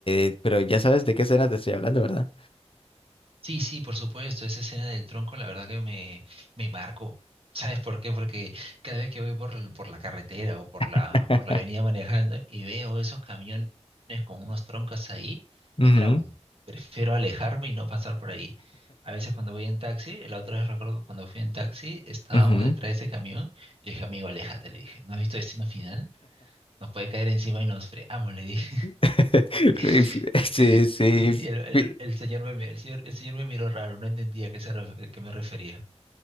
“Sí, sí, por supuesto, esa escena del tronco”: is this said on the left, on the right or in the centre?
Right